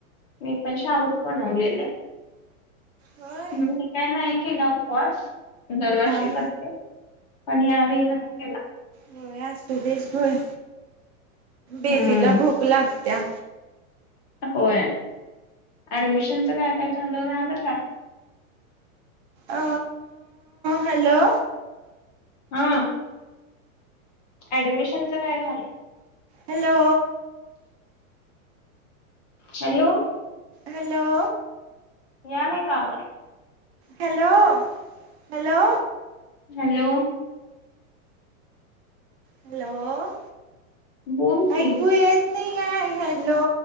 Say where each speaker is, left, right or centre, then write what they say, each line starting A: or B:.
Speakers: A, on the left; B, on the right.
A: मी पण शाबूच बनवले.
B: होय
A: हम्. मी काय नाही केला उपवास दरवर्षी
B: हा
A: करते. पण यावेळी नाही केला.
B: होय असू दे सोड. बेबीला
A: हम्म
B: भूक लागत्या.
A: होय. ऍडमिशनच काय काय झालं, झालं काय?
B: अ हॅलो.
A: हां. ऍडमिशनच काय झालं?
B: हॅलो.
A: हॅलो.
B: हॅलो.
A: यालाय का आवाज.
B: Hello, hello.
A: हॅलो.
B: हॅलो
A: बोल की.
B: ऐकू येत नाहीये हॅलो.